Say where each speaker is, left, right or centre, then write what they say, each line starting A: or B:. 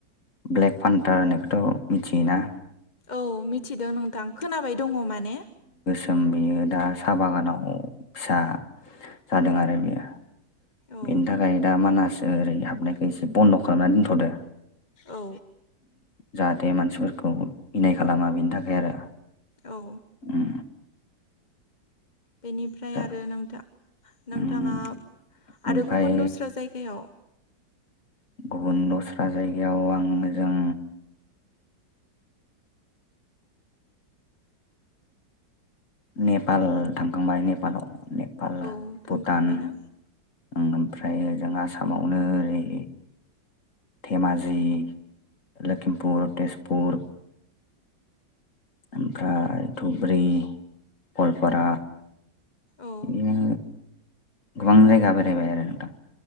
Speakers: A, on the left (about 45°); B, on the left (about 30°).
A: ब्लेक पान्टार होननायखौथ' मिथियोना
B: औ मिथिदों नोंथां खोनाबाय दङ माने
A: जों बेयो दा साहा बागानाव फिसा जादों आरो बेयो
B: औ
A: बेनि थाखाय दा मानास ओरै हाबनायखौ एसे बन्द' खालामनानै दोनथ'दो
B: औ
A: जाहाथे मानसिफोरखौ इनाय खालामा बेनि थाखाय आरो
B: औ
A: उम
B: बेनिफ्राय
A: जा
B: आरो नोंथा नोंथाङा
A: उम ओमफाय
B: आरो गुबुन दस्रा जायगायाव
A: गुबुन दस्रा जायगायाव आङो जों नेपाल थांखांबाय नेपालाव ने नेपाल
B: औ थांखांबायना
A: भुटान ओमफ्राय जों आसामावनो ओरै धेमाजि लखिमपुर तेजपुर ओमफ्राय धब्रि गवालपारा
B: औ
A: इदिनो गोबां जायगा बेरायबाय आरो नोंथां।